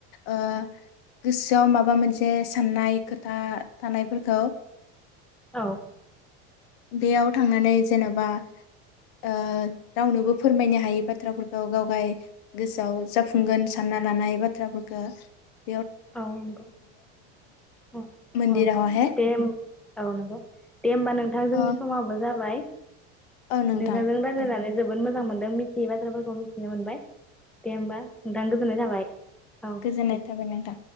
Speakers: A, on the left; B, in the centre.
A: ओ गोसोआव माबा मोनसे सान्नाय खोथा थानायफोरखौ
B: औ।
A: बेयाव थांनानै जेनबा ओ रावनोबो ओ फोरमायनो हायि बाथ्राफोरखौ गावगाय गोसोआव जाफुंगोन सान्ना लानाय बाथ्राफोरखो
B: औ नोंगौ अ
A: मन्दिरावहाय
B: अ दे औ नोंगौ दे होमबा नों दा जोंनि
A: ओ
B: समाबो जाबाय
A: औ नोंथां
B: नोंथांजों रायलालनानै
A: दे
B: जोबो जोबोद मोजां मोन्दों मिथियै बाथ्राफोरखौ मिथिनो मोनबाय। दे होमबा नोंथां गोजोन्नाय जाबाय औ
A: गोजोननाय
B: दे।
A: थाबाय नोंथां।